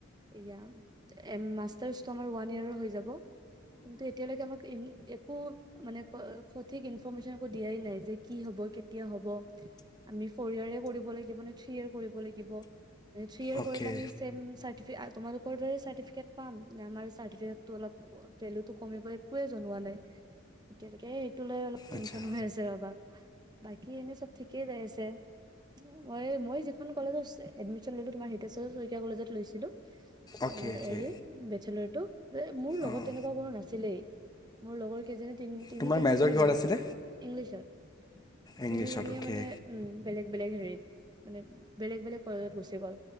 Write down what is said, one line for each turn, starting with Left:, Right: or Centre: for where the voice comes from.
Right: এয়া মাষ্টাৰ্চটো আমাৰ ওৱান ইয়েৰৰ হৈ যাব। কিন্তু এতিয়ালৈকে আমাক একো মানে সঠিক ইনফৰৰ্মেশ্যন একো দিয়াই নাই যে। কি হব, কেতিয়া হব? আমি ফৰিয়াৰে কৰিব লাগিব নে? থ্ৰী ইযেৰ কৰিব লাগিব। থ্ৰী ইয়েৰ
Left: অ'কে
Right: কৰিলে ছেম আমি তোমালোকৰ দৰে চাৰ্টিফিকেট পাম নে আমাৰ চাৰ্টিফিকেটতো অলপ ভেলুটো কমিব একোৱে জনোৱা নাই এতিয়ালৈকে। সেইটো লৈ অলপ
Left: আচ্ছা
Right: টেনশন হৈ আছে ৰবা। বাকী এনে চব ঠিকেই যাই আছে মই-মই যিখন কলেজত এডমিচন ললো তোমাৰ হিতেশ্বৰ শইকীয়া কলেজত লৈছিলো।
Left: অ'কে
Right: তোমাৰ
Left: অ'কে
Right: হেৰি বেচেলৰটো যে মোৰ লগত
Left: অঁ
Right: তেনেকুৱা কোনো নাছিলেই। মোৰ লগৰ কেইজনী তি-তিনিজনীয়ে
Left: তোমাৰ মেজৰ
Right: মানে
Left: কিহত
Right: বেলেগ
Left: আছিলে
Right: ইংলিছত,
Left: ইংলিছত
Right: তিনিজনীয়ে
Left: অ'কে
Right: মানে উম বেলেগ বেলেগ হে মানে বেলেগ বেলেগ কলেজত গুচি গ'ল